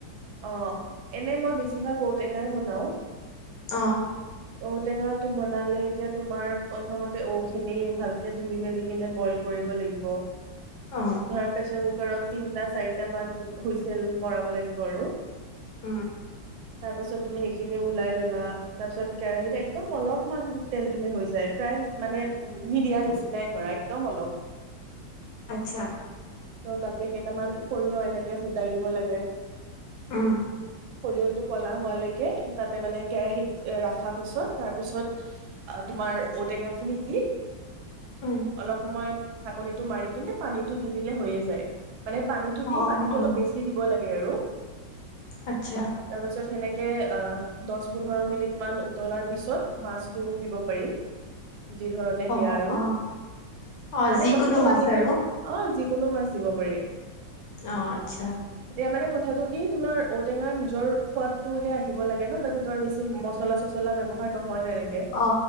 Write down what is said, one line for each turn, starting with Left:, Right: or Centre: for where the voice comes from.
Right: অ এনেই মই বেছিভাগ ঔটেঙাই বনাও
Left: অ
Right: ঔটেঙাটো বনালে এতিয়া তোমাৰ প্ৰথমতে ঔ খিনি ভালকে ধুই মেলি কিনে বইল কৰিব লাগিব
Left: অ
Right: ঘৰ প্ৰেছৰ কুকৰ ততিনিটা চাই কেইটামান হুইচেল কৰাব লাগিব বৰ
Left: উম
Right: তাৰপিছত তুমি সেইখিনি ওলাই ললা তাৰপিছত কেৰাহীত একদম অলপ অমান তেল দিলে হৈ যায় প্ৰায় মানে মিৰিিয়া নিচিনাই ধৰা একদম অলপ
Left: আচ্ছা
Right: ত তাতে কেইটামান সৰিয়হ এনেকে ফুটাই দিব লাগে
Left: অ
Right: সৰিয়হটো ক'লা হোৱালৈকে তাতে মানে কেৰাহীত ৰখাৰ পিছত তাৰ পিছত তোমাৰ ঔটেঙা খিনি দি
Left: উম
Right: অলপ সময় থাকলিটো মাৰি কিনে পানীটো দি দিলে হৈয়ে যায় মানে পানীটো
Left: অ
Right: দি পানীটো
Left: অ
Right: অলপ বেছি দিব লাগে আৰু
Left: আচ্ছা
Right: তাৰপিছত সেনেকে আহ দহ পোন্ধৰ মিনিট মান উতলাৰ পিছত মাছটো দিব পাৰি যি ধৰণে
Left: অ
Right: দিয়া আৰু
Left: অ অ
Right: মানে
Left: যিকোনো
Right: কথাটো
Left: মাছ
Right: হৈছে
Left: আৰু
Right: কি অ যি কোনো মাছ দিব পাৰি
Left: অ আচ্ছা
Right: এ মানে কথাাতটো কি তোমাৰ ঔটেঙাৰ নিজৰ সোৱাদতো হে আহিব লাগে ন তাতে তাৰ বেছি মছলা চচলা ব্য্ৱহাৰ নহয় হয় তেনেকে
Left: অ